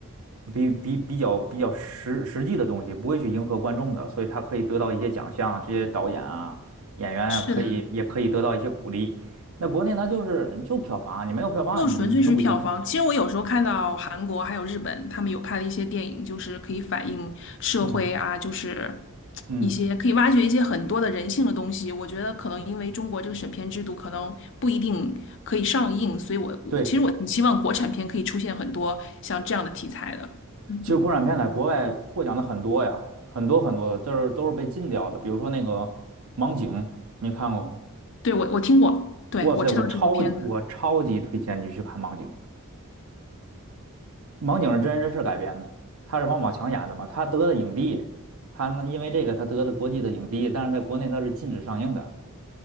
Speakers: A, on the right; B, on the left.
A: 比比比较比较实实际的东西，不会去迎合观众的，所以他可以得到一些奖项，这些导演啊。演员可以也可以得到一些鼓励。
B: 是的，
A: 那国内呢，就是就票房啊，你没有票房，
B: 就纯粹是票房。
A: 你你就不行。
B: 其实我有时候看到韩国还有日本，他们有拍的一些电影，就是可以反映社会啊，
A: 嗯
B: 就是
A: 嗯，
B: 一些可以挖掘一些很多的人性的东西。我觉得可能因为中国这个审片制度可能不一定可以上映，所以我我其实我挺希望国产片可以出现很多像这样的题材的。
A: 对，
B: 嗯嗯，
A: 其实国产片在国外获奖的很多呀，很多很多的，就是都是被禁掉的。比如说那个《盲井》，你看过吗？
B: 对，我我听过，对，
A: 哇塞，
B: 我知道这部片子。
A: 我超级我超级推荐你去看《盲井》，《盲井》是真人真事改编的，他是王宝强演的嘛，他得的影帝，他呢因为这个他得的国际的影帝，但是在国内他是禁止上映的。